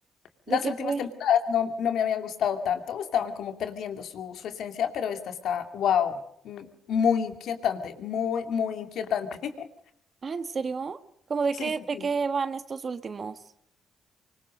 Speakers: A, on the right (about 40°); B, on the left (about 75°).
A: ¿de
B: las
A: qué
B: últimas
A: fue?
B: temporadas no, no me habían gustado tanto, estaban como perdiendo su, su esencia, pero esta está, wow, mm, muy inquietante, muy, muy inquietante. <laughs>
A: Ah, ¿en serio? ¿Cómo de
B: Sí,
A: qué,
B: sí,
A: de
B: sí.
A: qué van estos últimos?